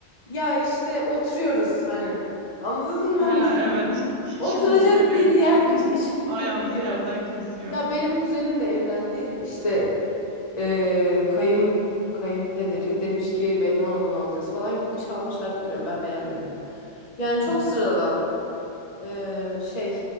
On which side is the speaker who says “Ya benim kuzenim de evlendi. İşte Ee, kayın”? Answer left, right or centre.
Left